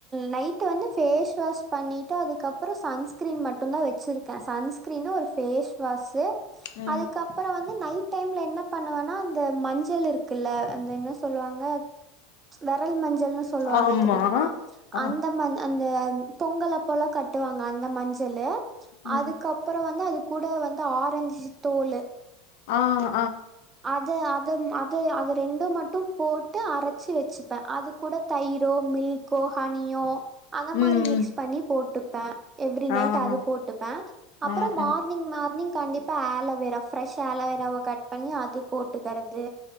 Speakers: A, on the right; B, on the left.
A: நைட்வந்து பேஸ் வாஷ் பண்ணிட்டு அதுக்கப்புற சன்ஸ்க்ரீன் மட்டும்தா வச்சுிருக்கேன் சன்ஸ்கிரீனு ஒரு ஃபேஸ் வாஷு
B: ம்
A: அதுக்கப்புற வந்து நைட் டையம்ல என்ன பண்ணுவேனா அந்த மஞ்சள் இருக்குல அந்த என்ன சொல்லுவாங்க வரலி மஞ்சள் ன்னு சொல்லுவாங்க
B: ஆமா
A: தெரியுமா
B: ஆ
A: அந்த மஞ்சள் அந்த பொங்கல் அப்பல்லா கட்டுவாங்க அந்த மஞ்சளு
B: ம்
A: அதுக்கப்புறம் வந்து அதுக்கு கூட வந்து ஆரஞ்சு தோலு
B: ஆஹ்
A: அதத் அத அதது அதது ரெண்டும் மட்டும் போட்டு அரைச்சு வச்சுப்பேன் அது கூூட தயிரோ மில்கோ ஹனியோ அந்த
B: ம்
A: மாரி மிக்ஸ்
B: ம்
A: பண்ணி போட்டு தா எவ்ரி நைட்
B: ஆ ஆ
A: அது போட்டுப்பேன் அப்புறம்
B: ஆ
A: மார்னிங்
B: ஆ
A: மார்னிங் கண்டிப் ப்ப ஆலவேராஃப்ரெஷ் ஆலவேரா பண்ணி அது போட்டுக்கிறது